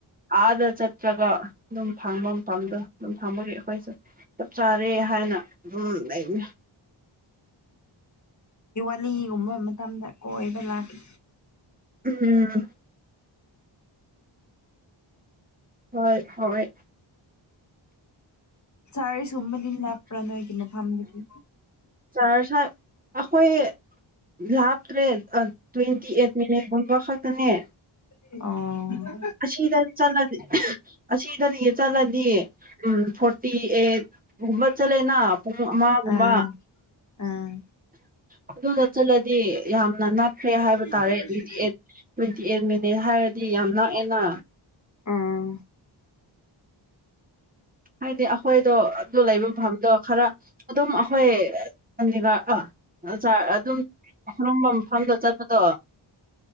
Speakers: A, on the right; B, on the left.
A: ꯑꯥꯗ ꯆꯠꯇ꯭ꯔꯒ ꯑꯗꯨꯝ ꯐꯪꯐꯝ ꯃꯐꯝꯗꯣ ꯑꯗꯨꯝ ꯊꯝꯕꯒꯤ ꯑꯩꯈꯣꯏꯁꯨ ꯆꯞ ꯆꯥꯔꯦ ꯍꯥꯏꯅ ꯑꯗꯨꯝ ꯂꯩꯕꯅꯤ
B: ꯍꯣꯂꯤꯒꯨꯝꯕ ꯃꯇꯝꯗ ꯀꯣꯏꯕ ꯂꯥꯛꯀꯦ
A: ꯎꯝ ꯍꯣꯏ ꯍꯣꯏ
B: ꯆꯥꯔꯤ ꯁꯣꯝꯃꯗꯤ ꯂꯥꯞꯄ꯭ꯔꯥ ꯅꯣꯏꯒꯤ ꯃꯐꯝꯗꯒꯤ
A: ꯆꯥꯔꯖ ꯑꯩꯈꯣꯏ ꯂꯥꯞꯇ꯭ꯔꯦ ꯑ ꯇ꯭ꯋꯦꯟꯇꯤ ꯑꯩꯠ ꯃꯤꯅꯤꯠꯒꯨꯝꯕ ꯈꯛꯇꯅꯦ
B: ꯑꯣ
A: ꯑꯁꯤꯗ ꯆꯠꯂꯗꯤ ꯑꯍ ꯑꯁꯤꯗꯗꯤ ꯆꯠꯂꯗꯤ ꯎꯝ ꯐꯣꯔ ꯇꯤ ꯑꯦꯠ ꯒꯨꯝꯕ ꯆꯠꯂꯦꯅ ꯄꯨꯡ ꯑꯃꯒꯨꯝꯕ
B: ꯑꯥ ꯑꯥ ꯑꯥ
A: ꯑꯗꯨꯗ ꯆꯠꯂꯗꯤ ꯌꯥꯝꯅ ꯅꯛꯈ꯭ꯔꯦ ꯍꯥꯏꯕ
B: ꯑꯣ
A: ꯇꯥꯔꯦ
B: ꯑꯥ
A: ꯑꯗꯨꯗꯤ eight twenty eight minute ꯍꯥꯏꯔꯗꯤ ꯌꯥꯝ ꯅꯛꯑꯦꯅ
B: ꯑꯪ
A: ꯍꯥꯏꯗꯦ ꯑ ꯑꯩꯈꯣꯏꯗꯣ ꯑꯗꯨ ꯂꯩꯕ ꯃꯐꯝꯗꯣ ꯈꯔ ꯑꯗꯨꯝ ꯑꯈꯣꯏ <unintelligible> ꯑꯗꯨꯝ ꯑꯔꯨꯝꯕ ꯃꯐꯝꯗ ꯆꯠꯄꯗꯣ